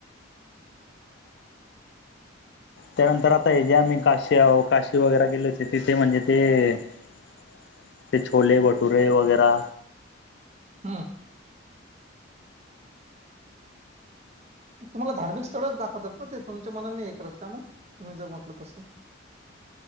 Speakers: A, on the left (about 55°); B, on the right (about 35°).
A: त्यानंतर आता हे जे आम्ही काशी, काशी वगैरा केलेत. ते तिथे म्हणजे ते छोले भटुरे वगैरा.
B: हां तुम्हाला धार्मिक स्थळच दाखवतात ना ते, तुमच्या मनाने नाही हे करत का? मग तुम्ही जर म्हटलं तसं.